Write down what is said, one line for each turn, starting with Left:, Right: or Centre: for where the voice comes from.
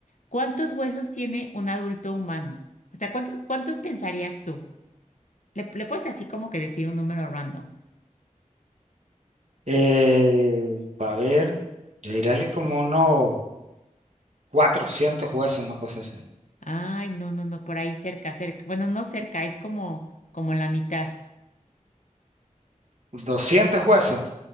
Left: ¿Cuántos huesos tiene un adulto humano? O sea, ¿cuántos, cuántos pensarías tú? Le, le puedes así como que decir un número random.
Right: Eh, a ver, yo diría que como unos 400 huesos, una cosa así.
Left: Ay, no, no, no, por ahí cerca, cerca. Bueno, no cerca, es como, como la mitad.
Right: 200 huesos.